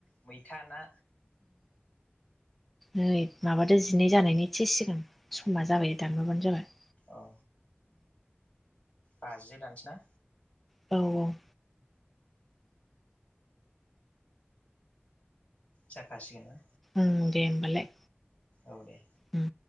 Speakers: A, on the left; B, in the centre.
A: मैथाना।
B: नै माबादो जिनै जानायनि एथसे सिगां समा जाबाय दानाबानो जाबाय।
A: औ। बाजिआव दानसै ना।
B: औ -औ।
A: जाखासिगोन ना।
B: ओं दे होनबालाय।
A: औ दे।
B: उम।